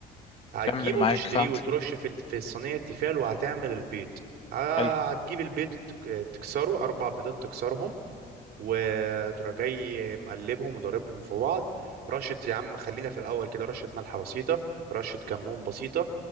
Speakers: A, on the right; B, on the left.
A: هتجيبه
B: كمل معاك
A: وتشتريه
B: فهمتك
A: وترش في ال- في الصينية التيفال وهتعمل البيض ه-
B: حلو
A: هتجيب البيض تك- تكسره أربع بيضات تكسرهم وتروح جاي مقلبهم وضاربهم في بعض رشة يا عم خلينا في الأول كده رشة ملح بسيطة رشة كمون بسيطة